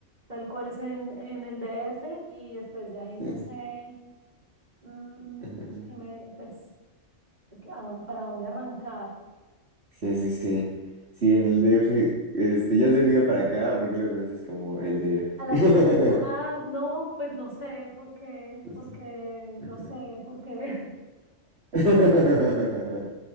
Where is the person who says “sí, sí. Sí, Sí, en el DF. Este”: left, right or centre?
Right